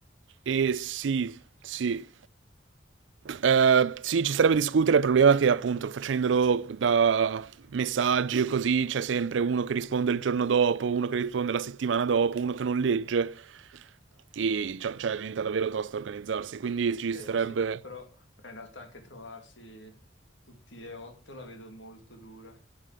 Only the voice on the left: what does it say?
Eh,
sì, però in realtà anche trovarsi tutti e otto la vedo molto dura.